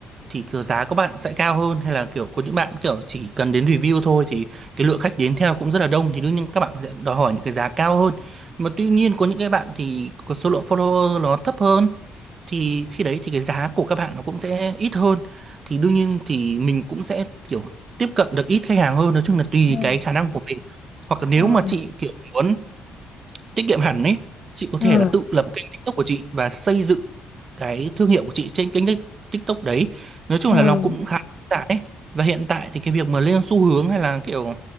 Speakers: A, on the right (about 45°); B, on the left (about 50°).
A: thì kiểu giá các bạn sẽ cao hơn hay là kiểu có những bạn kiểu chỉ cần đến review thôi thì cái lượng khách đến theo cũng rất là đông thì đương nhiên các bạn sẽ đòi hỏi những cái giá cao hơn Nhưng mà tuy nhiên có những cái bạn thì có số lượng follower nó thấp hơn thì khi đấy thì cái giá của các bạn nó cũng sẽ ít hơn thì đương nhiên thì mình cũng sẽ kiểu tiếp cận được ít khách hàng hơn nói chung là tùy
B: Ừm,
A: cái khả năng của mình hoặc là nếu
B: ừm,
A: mà chị kiểu muốn tiết kiệm hẳn ấy chị có thể
B: ừm,
A: là tự lập kênh TikTok của chị và xây dựng cái thương hiệu của chị trên kênh Tik- TikTok đấy nói chung
B: ừm,
A: là nó cũng khá đơn giản ấy và hiện tại thì cái việc mà lên xu hướng hay là kiểu